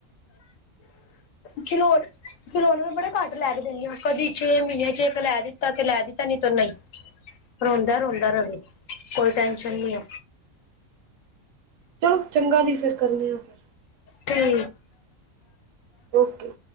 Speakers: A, on the left (about 75°); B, on the right (about 75°).
A: ਖਿਲੋੌਨ, ਖਿਲੋੌਨੇ ਬੜੇ ਘੱਟ ਲੈ ਕੇ ਦੇਨੀ ਆਂ, ਕਦੀ ਛੇ ਮਹੀਨਿਆਂ ਚ ਇੱਕ ਲੈ ਦਿੱਤਾ ਤੇ ਲੈ ਦਿੱਤਾ ਨੀ ਤੇ ਨਈ। ਰੋਂਦਾ, ਰੋਂਦਾ ਰਵੇ, ਕੋਈ ਟੈਨਸ਼ਨ ਨੀ ਐ।
B: ਚਲੋ ਚੰਗਾ ਜੀ ਫੇਰ, ਕਰਨੀ ਆ ਫੇਰ।
A: ਠੀ
B: ਓਕੇ